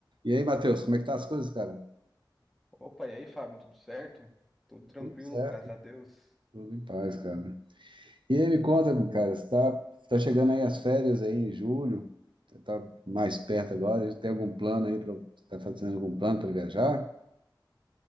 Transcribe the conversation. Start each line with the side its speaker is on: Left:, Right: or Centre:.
Right: E aí, Matheus, como é que tá as coisas, cara?
Centre: Opa, e aí, Fábio, tudo certo? Tudo tranquilo,
Right: Tudo certo,
Centre: graças a Deus.
Right: tudo em paz, cara. E aí, me conta, cara, você tá, tá chegando aí as férias aí em julho, você tá mais perto agora, tem algum plano aí, pra, você tá fazendo algum plano para viajar?